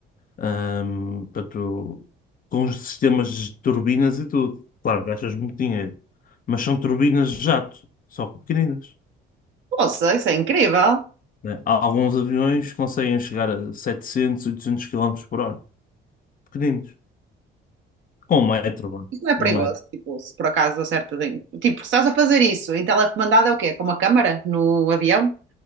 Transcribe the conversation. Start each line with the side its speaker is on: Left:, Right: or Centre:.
Left: Ahm, portanto, com os sistemas de turbinas e tudo. Claro, gastas muito dinheiro, mas são turbinas de jato, só que pequeninas.
Right: Poxa, isso é incrível.
Left: Né? Há Alguns aviões que conseguem chegar a 700, 800 km por hora, pequeninos, com um metro, vá,
Right: Isso não é perigoso,
Left: um metro.
Right: tipo, se por acaso acertas em... Tipo, se estás a fazer isso em telecomandado é o quê? Com uma câmara no avião?